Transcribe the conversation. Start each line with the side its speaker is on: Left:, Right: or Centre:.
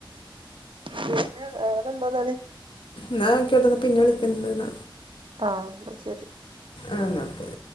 Right: പിന്നെ വേറെ എന്താന്നാണ്
Left: ന്ന കേട്ടന്ന പിന്നെ വിളിക്കണ്ടെന്ന
Right: ആ ശരി
Left: ആ <unintelligible>